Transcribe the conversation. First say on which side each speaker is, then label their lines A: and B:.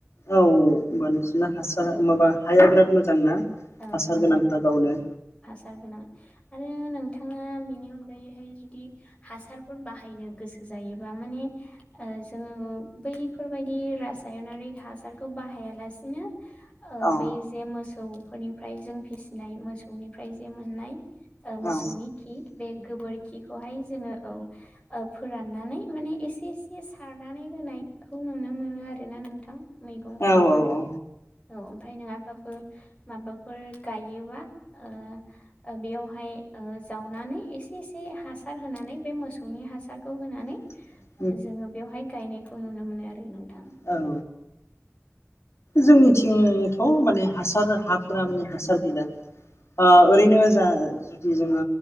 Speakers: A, on the left; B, on the left.
A: औ होमबा नोंसिना हासार माबा हाया बिराद मोजांना
B: औ
A: हासार
B: मोजां
A: गोनांखा गावनो
B: <unintelligible> गोनां आरो नोंथाङा बिनि अनगायैहाय जु दि हासारफोर बाहायनो गोसो जायोबा माने ओ जोङो बैफोरबायदि रासायनारि हासारखौ बाहायालासिनो ओ
A: औ
B: बै जे मोसौफोरनिफ्राय जों फिसिनाय मोसौनिफ्राय जे मोननाय ओ मोसौनि
A: औ
B: खि बे गोबोरखिखौहाय जोङो औ ओ फोराननानै माने एसे एसे सारनानै होनायखौ नुनो मोनो आरोना नोंथां मेगंफोराव
A: औ औ
B: आरो
A: औ
B: औ ओमफाय नङाबाबो माबाफोर गायोबा ओ ओ बेयावहाय ओ जावनानै एसे एसे हासार होनानै बे मोसौनि हासारखौ होनानै
A: <unintelligible>
B: जोङो बेवहाय गायनायखौ नुनो मोनो आरो नोंथां।
A: औ जोंनिथिंथ' माने हासार हाफोरा माने हासार गैला ओ ओरैनो
B: औ
A: जा जुदि जोङो